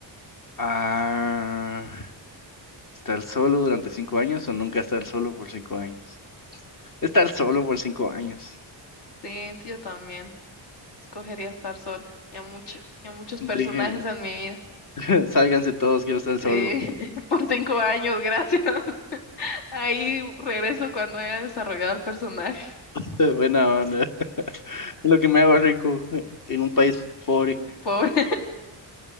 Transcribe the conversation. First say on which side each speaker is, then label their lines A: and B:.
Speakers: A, on the left; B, on the left.
A: Ah, ¿estar solo durante cinco años o nunca estar solo por cinco años? Estar solo por cinco años.
B: Sí, yo también. Escogería estar sola. Ya mucho, ya muchos
A: Deje,
B: personajes en mi vida.
A: <laughs> sálganse todos, quiero estar solo.
B: Sí, <laughs> por cinco años, gracias. <laughs> Ahí regreso cuando haya desarrollado el personaje.
A: <laughs> Buena onda. Lo que me hago rico en un país pobre.
B: Pobre,